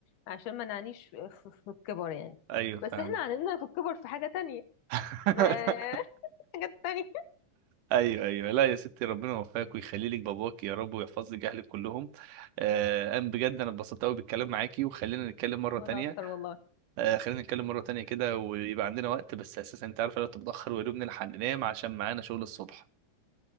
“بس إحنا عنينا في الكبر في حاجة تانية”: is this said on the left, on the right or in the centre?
Left